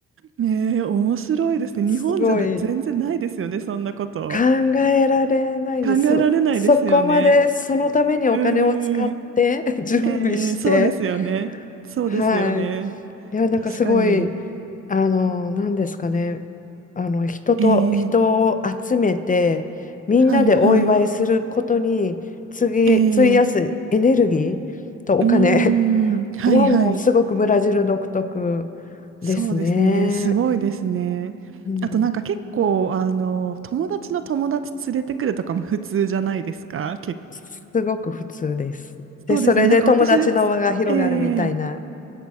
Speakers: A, on the right; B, on the left.
A: ねえ、面白いですね。
B: すごい
A: 日本じゃな全然ないですよね、そんなこと。
B: 考えられないです。
A: 考えられないですよね。
B: そ、そこまでそのためにお金を使って
A: うーん。
B: <laughs> 準備して、
A: えー、そうですよね。そうですよね。
B: はい。いや、なんかすごい、
A: 確かに。
B: あの、なんですかね、あの、人と、
A: えー、
B: 人を集めて、みんなでお祝いすることに、
A: はいはい。
B: 次、
A: えー、
B: 費やすエネルギーとお金
A: うーん、
B: <laughs>
A: はいはい。
B: はもうすごくブラジル独特
A: そうですね。
B: ですね。
A: すごいですね。
B: うん
A: あとなんか結構、あの、友達の友達連れてくるとかも普通じゃないですか。け、
B: すごく普通です。
A: そうですね。
B: で、それで友達の輪が広がるみたいな、
A: なんか私、えー